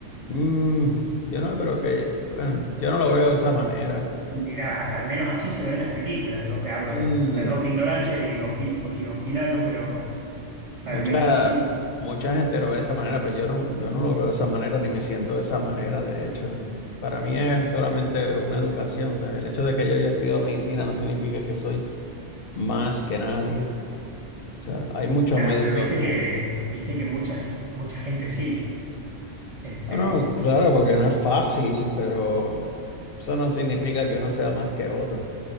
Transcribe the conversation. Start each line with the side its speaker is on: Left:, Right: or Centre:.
Left: Mm, yo no creo que, bueno, yo no lo veo de esa manera.
Right: Mira, al menos así se ven en las películas. Yo te hablo
Left: Mm,
Right: de, perdón
Left: no.
Right: mi ignorancia y, opi- y opinando, pero al
Left: Mucha,
Right: menos así.
Left: mucha gente lo ve de esa manera, pero yo no, yo no lo veo de esa manera ni me siento de esa manera, de hecho. ¿no? Para mí es solamente una educación, o sea, el hecho de que yo haya estudiado medicina no significa que soy más que nadie. O sea, hay muchos
Right: Claro,
Left: médicos
Right: pero viste que,
Left: que...
Right: viste que mucha, mucha gente sí. Este,
Left: No, no, claro, porque no es fácil, pero eso no significa que uno sea más que otro.